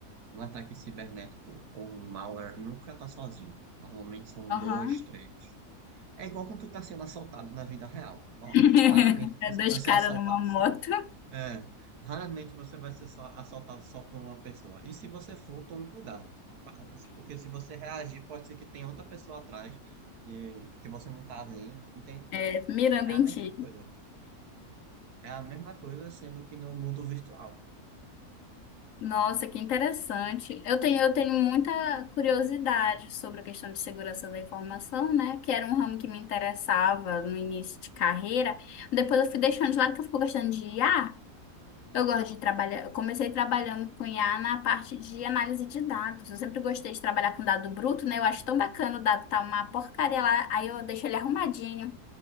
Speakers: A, on the right; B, on the left.
A: um ataque cibernético ou um malware nunca tá sozinho. Normalmente são
B: Aham.
A: dois, três. É igual quando tu tá sendo assaltado na vida real. Ó,
B: <laughs>
A: Raramente você
B: É dois
A: vai ser
B: caras
A: assaltado
B: numa moto,
A: É, raramente você vai ser só- assaltado só por uma pessoa. E se você for, tome cuidado. Pa- Porque se você reagir, pode ser que tenha outra pessoa atrás que, que você não tá vendo, entende?
B: <laughs> mirando
A: É a
B: em
A: mesma
B: ti.
A: coisa. É a mesma coisa sendo que no mundo virtual.
B: Nossa, que interessante. Eu tenho, eu tenho muita curiosidade sobre a questão de segurança da informação, né? Que era um ramo que me interessava no início de carreira. Depois eu fui deixando de lado porque eu fico gostando de IA. Eu gosto de trabalhar. Eu comecei trabalhando com IA na parte de análise de dados. Eu sempre gostei de trabalhar com dado bruto, né? Eu acho tão bacana o dado tá uma porcaria lá, aí eu deixo ele arrumadinho.